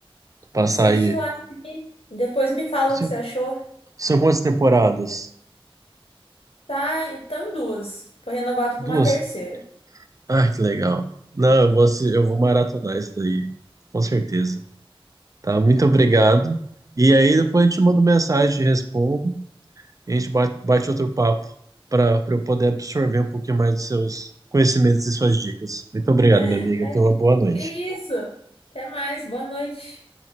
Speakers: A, on the right (about 35°); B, on the left (about 80°).
A: Passar
B: Assiste
A: aí.
B: lá sim. Depois me fala
A: São,
B: o que você achou.
A: são quantas temporadas?
B: Tá, estão em duas. Foi renovado
A: Duas?
B: com uma terceira.
A: Ah, que legal. Não, eu vou, assi- eu vou maratonar isso daí, com certeza. Tá, muito obrigado. E aí depois eu te mando mensagem, te respondo, e a gente bate, bate outro papo para eu poder absorver um pouquinho mais dos seus conhecimentos e suas dicas. Muito obrigado,
B: <laughs>
A: minha amiga.
B: Imagina.
A: Tenha uma boa noite.
B: Que isso? Até mais, boa noite.